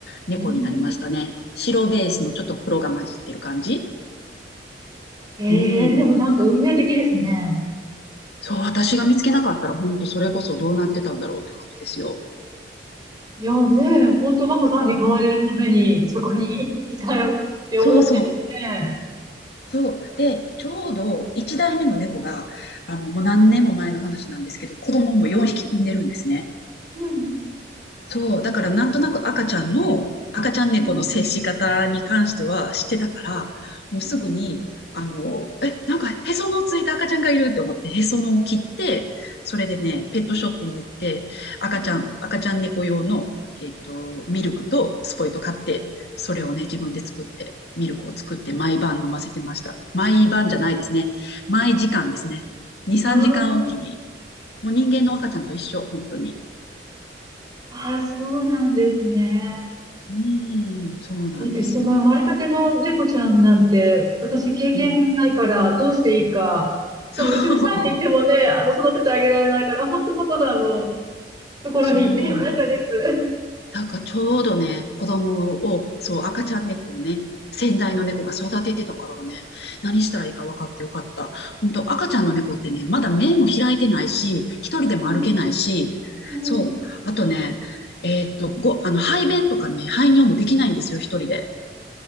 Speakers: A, on the left; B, on the right.
A: 猫になりましたね。
B: うん
A: 白ベースのちょっと黒が混じってる感じ。
B: え
A: う
B: ー、でもなんか運命的ですね。
A: ん。そう、私が見つけなかったら、本当それこそどうなってたんだろうって感じですよ。
B: いやね、ほんとマコさんに飼われるためにそこにいたよって思っちゃいますね。
A: うん。そうそう。そう。で、ちょうど1代目の猫が、あの、もう何年も前の話なんですけど、子供も4匹産んでるんですね。
B: うん
A: そう、だからなんとなく赤ちゃんの、赤ちゃん猫の接し方に関しては知ってたから、
B: うん
A: もうすぐに、
B: うん
A: あの、え、なんかへその緒ついた赤ちゃんがいるって思って、へその緒を切って、それでね、ペットショップに行って、赤ちゃん、
B: うん
A: 赤ちゃん猫用の、えっと、ミルクとスポイト買って、それをね、自分で作って、ミルクを作って毎晩飲ませてました。毎晩じゃないですね。毎時間ですね。2、3時間おきに。
B: あ
A: もう人間の赤ちゃんと一緒、本当に。
B: あ、ああそうなんですね。
A: うーん、そうなんですよ。
B: だって、その生まれたての猫ちゃんなんて、私経験ないから、
A: うん、
B: どうしていいか。
A: そう、
B: 多分、うちの前にいてもね、あの、育ててあげられないから、本当マコさんのところに行ってよかったです。
A: そう。だからちょうどね、子供を、そう、赤ちゃん猫をね、先代の猫が育ててたからね、何したらいいか分かってよかった。本当赤ちゃんの猫ってね、まだ目も開いてないし、一人でも歩けないし、
B: うん、うん。
A: そう。あとね、えーっと、ご、あの、排便とかね、排尿もできないんですよ、一人で。